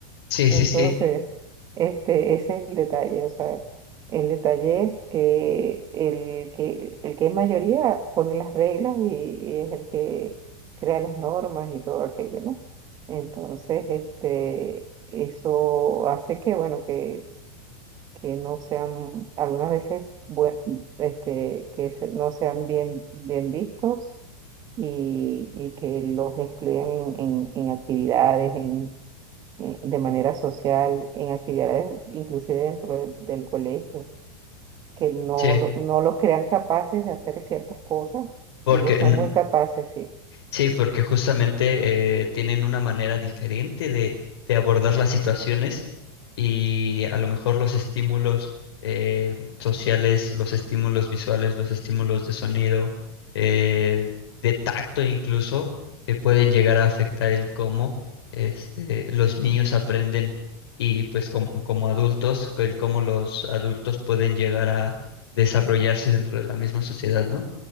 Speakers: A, on the left; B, on the right.
A: sí,
B: Entonces,
A: sí, sí,
B: este, ese es el detalle. O sea, el detalle es que el que, el que es mayoría pone las reglas y, y es el que crea las normas y todo aquello, ¿no? Entonces, este, eso hace que, bueno, que que no sean, algunas veces, bue- este, que se- no sean bien, bien vistos y, y que los excluyan en, en- en actividades, en, en- de manera social, en actividades inclusive dentro del, del colegio, que no,
A: sí.
B: lo- no los crean capaces de hacer ciertas cosas
A: Porque
B: y ellos son
A: n-
B: muy capaces, sí,
A: Sí, porque justamente eh, tienen una manera diferente de, de abordar las situaciones y a lo mejor los estímulos eh, sociales, los estímulos visuales, los estímulos de sonido, eh, de tacto incluso, que pueden llegar a afectar el cómo este, los niños aprenden y pues como, como adultos, el cómo los adultos pueden llegar a desarrollarse dentro de la misma sociedad, ¿no?